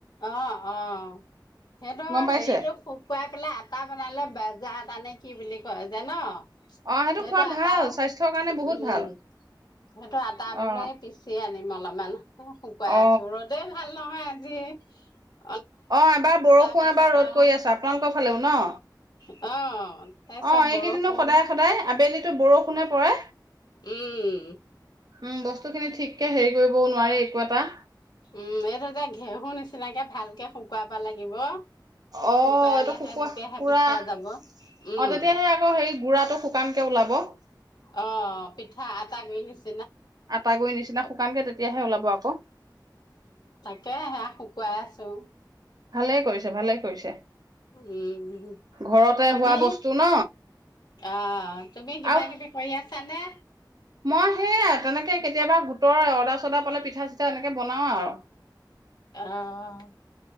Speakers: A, on the left (about 65°); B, on the right (about 55°).
A: অ অ সিহতৰ
B: গম পাইছে
A: হেৰিটোক শুকুৱাই পেলাই আটা বনালে বজাৰ তানে কি বুলি কয় যে ন
B: অ
A: সেইটো
B: খোৱা
A: আটাও
B: ভাল স্বাস্থ্যৰ কাৰণে
A: উম
B: বহুত ভাল
A: সেইটো আটা বোলে
B: অ
A: পিচি আন মলামাল শুকুৱাই
B: অ
A: আছো ৰ'দে ভাল নহয় যে <unintelligible>
B: অ এবাৰ বৰষুণ
A: পিছত
B: এবাৰ ৰ'দ
A: আৰু
B: কৰি আছে আপোনালোকৰ ফালেও ন
A: অ তাৰপিছত
B: অ এইকেইদিনো
A: বৰষুণ
B: সদায় সদায় আবেলি এইটো বৰষুণে পৰে
A: উম
B: উম বস্তু খিনি ঠিককে হেৰি কৰিবও নোৱাৰি একো এটা
A: উম এইটোত ঘেঁহুৰ নিচিনাকে ভালকে শুকুৱাব লাগিব
B: অ
A: শুকুৱালেহে
B: এইটো শুক
A: তেতিয়াহে
B: পোৰা
A: পিছা
B: অ
A: যাব উম
B: তেতিয়া সে আকৌ হে গুড়াটো শুকানকে ওলাব <unintelligible>
A: অ পিঠা আটা ঘুৰি়ছ
B: আটা গুৰি নিচিনা শুকানকে তেতিয়াহে ওলাব আকৌ
A: তাকেহে শুকুৱাই আছোঁ
B: ভালে কৰিছে ভালে কৰিছে
A: উম
B: ঘৰতে
A: তুমি
B: হোৱা বস্তু ন
A: অ তুমি কিবা
B: আৰু
A: কিবি কৰি আছা আছানে
B: মই সেয়া তেনেকে কেতিয়াবা গোটৰ অদা চদা পালে পিঠা চিঠা এনেকে বনাও আৰু
A: আহ